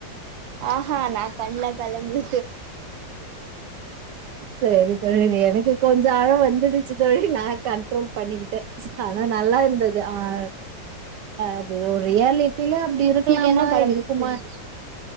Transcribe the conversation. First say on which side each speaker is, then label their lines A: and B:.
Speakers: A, on the right; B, on the right.
A: ஆஹ்ஹ நா கண்லா கலங்கள
B: செரி தோழி எனக்கு கொஞ்ச அழ வந்துடுச்சு தோழி நா கண்ட்ரோல் பண்ணிக்கிட்டே ஆனா நல்லாருந்தது ஆஹ் அது ஒரு ரியாலிட் டில்ல அப்டி இருக்கலாமா
A: உங்களுக்கு என்ன படம்
B: இருக்குமா
A: புடிச்சிருந்தது